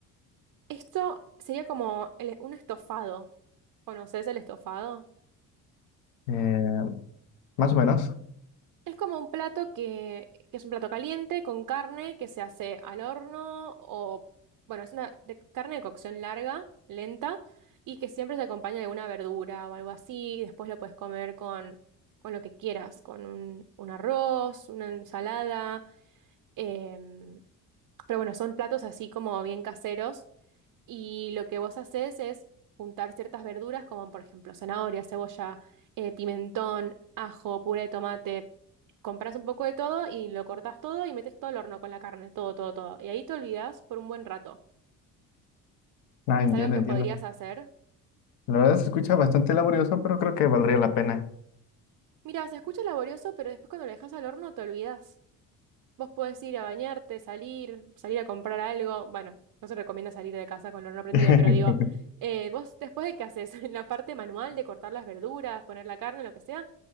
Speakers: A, on the right (about 50°); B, on the left (about 65°).
A: esto sería como el- un estofado. ¿Conoces el estofado?
B: eh, más o menos.
A: Es como un plato que, que es un plato caliente con carne que se hace al horno o, bueno, es una de- carne de cocción larga, lenta, y que siempre se acompaña de alguna verdura o algo así. y Después lo puedes comer con, con lo que quieras, con un, un arroz, una ensalada. em, pero bueno, son platos así como bien caseros y lo que vos haces es juntar ciertas verduras como por ejemplo zanahoria, cebolla, eh, pimentón, ajo, puré de tomate. Compras un poco de todo y lo cortas todo y metes todo al horno con la carne, todo, todo, todo. Y ahí te olvidas por un buen rato.
B: Ah,
A: Es
B: entiendo,
A: algo que
B: entiendo.
A: podrías hacer.
B: La verdad se escucha bastante laborioso, pero creo que valdría la pena.
A: Mira, se escucha laborioso, pero después cuando lo dejas al horno te olvidas. Vos podés ir a bañarte, salir, salir a comprar algo. Bueno, no se recomienda salir de casa con el horno prendido,
B: <laughs>
A: pero digo, eh, vos después de que haces <laughs> en la parte manual de cortar las verduras, poner la carne, lo que sea,